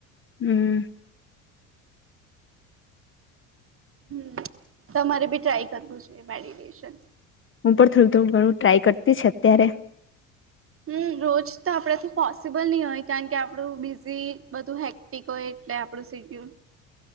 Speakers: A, on the left; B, on the right.
A: હમ.
B: હમ તમારે બી ટ્રાય કરવું જોઈ મેડિટેશન.
A: હું પણ થોડું થોડું ઘણું ટ્રાય કરતી છે અત્યારે. હ.
B: હમ રોજ તો આપડા થી પોસિબલ નહી હોય કારણ કે આપણું બીઝી બધું હેક્ટિક હોય એટલે આપડું. થ કું.